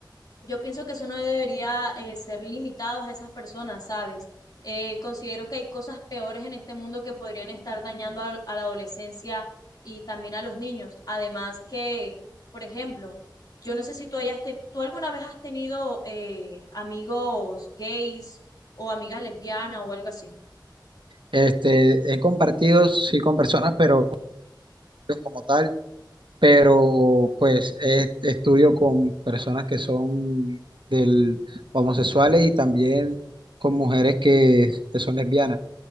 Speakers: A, on the left; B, on the right.
A: Yo pienso que eso no debería eh, ser limitado a esas personas, ¿sabes? Eh, considero que hay cosas peores en este mundo que podrían estar dañando a, a la adolescencia y también a los niños. Además que, por ejemplo, yo no sé si tú hayas te- tú alguna vez has tenido eh, amigos gays o amigas lesbianas o algo así.
B: Este, he compartido, sí, con personas, pero como tal. pero pues es- estudio con personas que son del, homosexuales y también con mujeres que, que son lesbianas.